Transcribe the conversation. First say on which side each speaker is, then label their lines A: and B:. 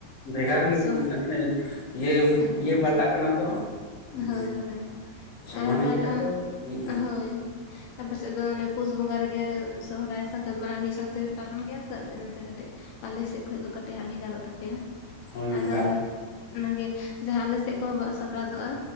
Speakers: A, on the left; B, on the left.
A: ᱵᱷᱮᱜᱟᱨ ᱜᱮ
B: ᱥᱚ
A: ᱱᱟᱥᱮᱱᱟᱜ ᱤᱭᱟᱹ
B: ᱟᱪᱪᱷᱟ
A: ᱤᱭᱟᱹ
B: ᱟᱪᱪᱷᱟ
A: ᱯᱟᱞᱴᱟᱜ ᱠᱟᱱᱟ ᱛᱚ
B: ᱦᱳᱭ
A: ᱢᱟᱱᱮ
B: ᱦᱳᱭ
A: ᱥᱚᱢᱟᱱ
B: ᱟᱨ ᱵᱟᱨ
A: ᱤᱭᱟᱹ
B: ᱨᱮᱦᱚ
A: ᱠᱷᱟᱡ ᱫᱚ ᱦᱩᱭᱩᱜ ᱜᱮᱭᱟ
B: ᱦᱳᱭ ᱟᱯᱮᱥᱮᱫ ᱫᱚ ᱚᱱᱮ ᱯᱩᱥ ᱵᱚᱸᱜᱟ ᱨᱮᱜᱮ ᱥᱚᱦᱚᱨᱟᱭ ᱥᱟᱠᱨᱟᱛ ᱵᱟᱱᱟᱨ ᱢᱤᱫ ᱥᱟᱶᱛᱮᱯᱮ ᱯᱟᱞᱚᱱ ᱜᱮᱭᱟ ᱤᱱᱟᱹ ᱛᱮ ᱠᱟᱹᱴᱤᱡ ᱟᱞᱮ ᱥᱮᱫ ᱠᱷᱚᱱ ᱫᱚ ᱠᱟᱹᱴᱤᱡ ᱦᱟᱸ ᱵᱷᱮᱜᱟᱨᱚᱜ ᱛᱟᱯᱮᱭᱟ
A: ᱦᱳᱭ
B: ᱟᱨ
A: ᱵᱷᱮᱜᱟᱨ
B: ᱛᱟᱦᱚᱞᱮ ᱚᱱᱟ ᱜᱮ ᱡᱟᱦᱟᱸ ᱟᱞᱮᱥᱮᱫ ᱠᱚ ᱥᱟᱠᱨᱟᱛᱚᱜ-ᱟ